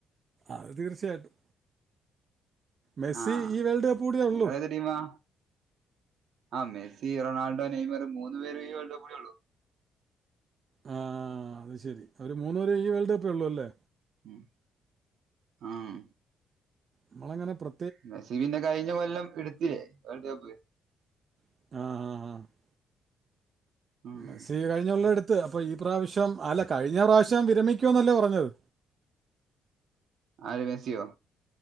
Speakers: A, on the right; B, on the right.
A: അത് തീർച്ചയായിട്ടും മെസ്സി
B: ആഹ്
A: ഈ വേൾഡ് കപ്പ് കൂടിയേ ഉള്ളൂ
B: നിങ്ങൾ ഏത് ടീമാ ആ മെസി റൊണാൾഡോ നെയ്മർ മൂന്ന് പേരും ഈ വേൾഡ്കപ്പ് കൂടിയേ ഉള്ളൂ
A: ആ അത് ശരി അവര് മൂന്ന് പേരും ഈ വേൾഡ് കപ്പേ ഉള്ളൂ അല്ലേ
B: ഉം ആഹ്
A: നമ്മളങ്ങനെ പ്ര
B: മെസ്സി പിന്നെ കഴിഞ്ഞ കൊല്ലം എടുത്തില്ലേ വേൾഡ് കപ്പ്
A: ആഹ് ആഹ് ആഹ്
B: ഉം
A: മെസ്സി കഴിഞ്ഞ കൊല്ലം എടുത്ത് അപ്പോ ഈ പ്രാവശ്യം അല്ല കഴിഞ്ഞ പ്രാവശ്യം വിരമിക്കുവന്നല്ലേ പറഞ്ഞത്
B: ആര് മെസ്സിയോ